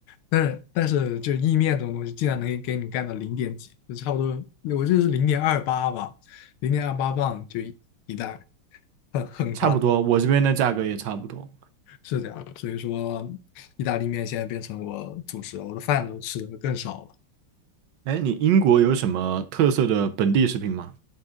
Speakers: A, on the left (about 85°); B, on the right (about 70°).
A: 但是但是就意面这种东西，竟然能给你干到零点几，就差不多，我记得是零点二八吧，零点二八磅就一一袋，很很夸张。
B: 差不多，我这边的价格也差不多。
A: 是这样，所以说意大利面现在变成我主食了，我的饭都吃的更少了。
B: 哎，你英国有什么特色的本地食品吗？